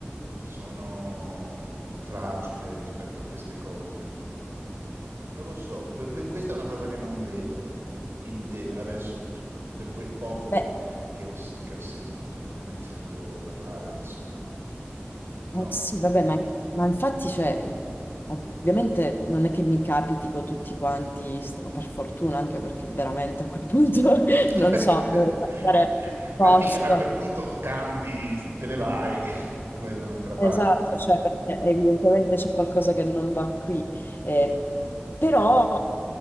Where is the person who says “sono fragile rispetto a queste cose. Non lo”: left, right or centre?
Right